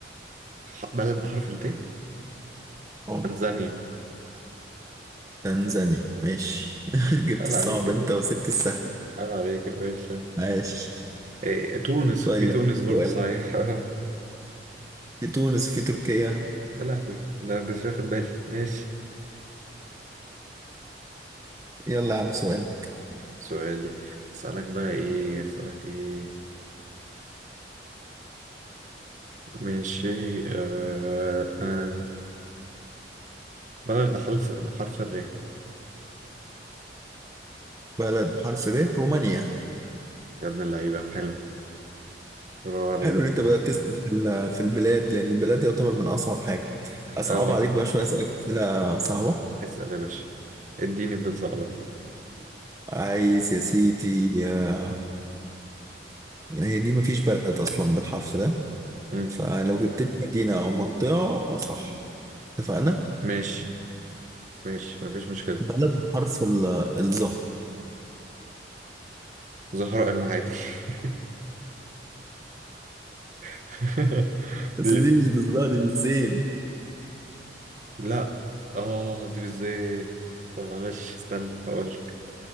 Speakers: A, on the right; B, on the right.
A: ح- بلد بحرف الت
B: اه
A: تنزانيا
B: تنزانيا ماشي <laughs> جبت
A: عيب
B: الصعب
A: عليك يا
B: انت
A: باشا
B: وسبت السهل
A: عيب عليك يا باشا
B: ماشي
A: إيه تونس
B: طيب
A: في تونس
B: سؤالك
A: برضه صحيح <laughs>
B: في تونس في تركيا
A: يا لهوي ده انا كنت واخد بالي ماشي
B: يلا يا عم سؤال
A: سؤالي اسألك بقى ايه اسألك ايه ماشي آه آه بلد بحرف بحرف الر
B: بلد بحرف ر رومانيا
A: يا ابن اللعيبة حلو برافو عليك
B: حلو ان انت بدأت تسأل في ال- في البلاد لان البلاد يعتبر من اصعب حاجة اصعب
A: اه
B: عليك بقى شوية اسألك اسئلة صعبة
A: <laughs> اسأل يا باشا اديني في الصعب
B: عايز يا سيدي آه، هي دي مفيش بلد أصلا بالحرف ده
A: مم.
B: فلو جبت لي مدينة أو منطقة صح اتفقنا
A: ماشي ماشي مفيش مشكلة
B: بلد بحرف ال- الظا
A: زهراء المعادي <laughs> <laughs>
B: بس
A: دي
B: دي مش بالظا دي بالزين
A: لا اه دي بالذات طب معلش استنى هقول لك